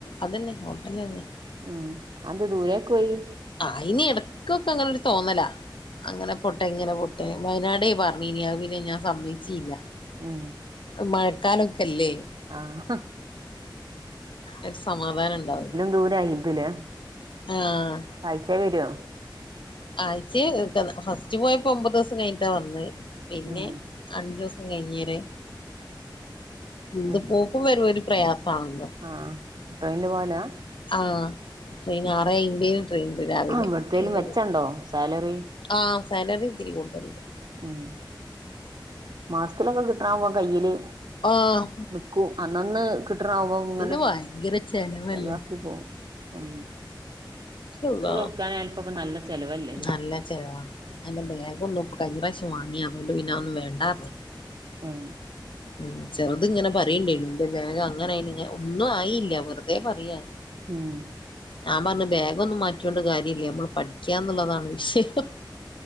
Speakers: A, on the left (about 75°); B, on the right (about 65°).
A: അതന്നെ ഹോട്ടൽ തന്നെ
B: ഉം അത് ദൂരെയ്ക്ക് പോയി
A: ആയിന് ഇടക്കൊക്കെ അങ്ങനെ ഒരു തോന്നല അങ്ങനെ പൊട്ടെ ഇങ്ങനെ പൊട്ടെ വയനാടേ പറഞ്ഞുനി അത് പിന്നെ ഞാൻ സമ്മയിച്ചില്ല
B: ഉം
A: മഴക്കാലൊക്കെല്ലേ
B: ആഹ്
A: ഒരു സമാധാനം ഉണ്ടാവൂല്ല
B: ദൂരെആണെതില്
A: ആഹ്
B: ആഴ്ചേ വെര്വോ
A: ആയിച്ച ഫസ്റ്റ് പോയപ്പോ ഒമ്പത് ദിവസം കഴിഞ്ഞിട്ടാ വന്നേ പിന്നെ
B: ഉം
A: അഞ്ചു ദിവസം കഴിഞ്ഞേരെ ഇന്ത്
B: ഉം
A: പോക്കും വരും ഒരു പ്രയാസമാണല്ലോ
B: ആഹ് ട്രെയിനിൽ പോവാലാ
A: ആഹ് ട്രെയിൻ ആറേ അയിമ്പേും ട്രെയിൻ ഉണ്ട് രാവിലെ
B: ഇവിടത്തേലും
A: അയിന്
B: വെച്ചണ്ടോ
A: പോ
B: സാലറി
A: ആഹ് സാലറി ഇത്തിരി കൂടുതൽ കിട്ടും -
B: ഉം മാസത്തിലൊക്കെ കിട്ടണ പോവാ കയ്യില്
A: ആഹ്
B: വിക്കൂ അന്നന്ന് കിട്ടണാവ്പോ ഇങ്ങനെ
A: പിന്നെ ഭയങ്കര ചെലവല്ലേ
B: ചെലവാക്കി പോവും ഉം
A: അള്ളാ
B: സ്കൂൾ തൊക്കാനായപ്പ നല്ല- ചെലവല്ലേ ല്ലേ
A: നല്ല ചെലവാ എന്റെ ബാഗ് ഒന്നും കഴിഞ്ഞ പ്രാവശ്യം വാങ്ങിയ അതുകൊണ്ട് പിന്നെ അതൊന്നും വേണ്ടാ
B: ആഹ്
A: ഉം ചെറുത് ഇങ്ങനെ പറയുണ്ടേ എന്റെ ബാഗ് അങ്ങനെയി ഒന്നും ആയില്ല വെറുതെ പറയാ
B: മ്ഹ് -
A: ഞാൻ പറഞ്ഞു ബാഗൊന്നും മാറ്റിയൊണ്ട് കാര്യയില്ലൃ നമ്മൾ പഠിക്കാന്നുള്ളതാണ് വിഷയം